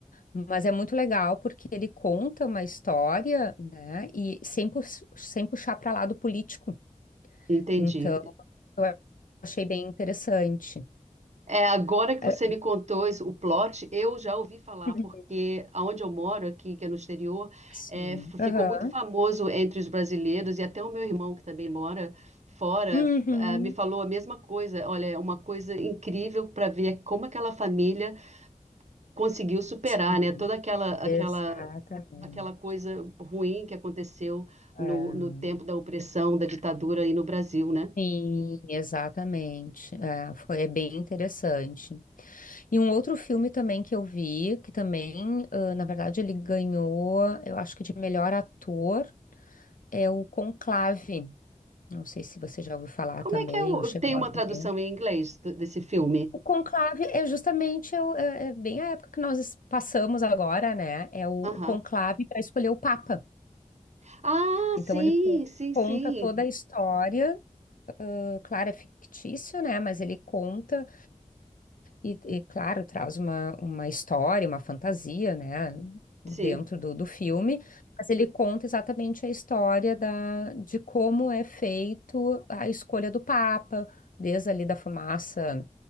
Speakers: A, on the left; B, on the right.
A: Mas é muito legal porque ele conta uma história, né, e sem, pux- sem puxar para lado político.
B: entendi.
A: Então eu achei bem interessante.
B: É agora que
A: É,
B: você me contou isso, o plot, eu já ouvi falar
A: <laughs>
B: porque aonde eu moro aqui, que é no exterior,
A: assim,
B: é, f- ficou
A: aham.
B: muito famoso entre os brasileiros e até o meu irmão que também mora fora,
A: Uhum.
B: f- ah, me falou a mesma coisa. Olha, é uma coisa incrível para ver como aquela família conseguiu superar,
A: Sim,
B: né, toda aquela
A: exatamente.
B: aquela aquela coisa ruim que aconteceu no,
A: É.
B: no tempo da opressão, da ditadura aí no Brasil, né?
A: Sim, exatamente. É, foi, é bem interessante. E um outro filme também que eu vi, que também, ah, na verdade, ele ganhou, eu acho que de melhor ator, é o Conclave. Não sei se você já ouviu falar
B: Como
A: também
B: é que é o,
A: ou chegou
B: tem
A: a
B: uma
A: ver.
B: tradução em inglês d- desse filme?
A: O Conclave é justamente é o- é, é bem a época que nós passamos agora, né? É o
B: Aham.
A: Conclave para escolher o Papa.
B: Ah,
A: Então
B: sim,
A: ele co-
B: sim,
A: conta
B: sim.
A: toda a história, ah, claro, é fictício, né? Mas ele conta E, e, claro, traz uma, uma história, uma fantasia, né, dentro
B: Sim,
A: do, do filme, mas ele conta exatamente a história da, de como é feito a escolha do Papa, desde ali da fumaça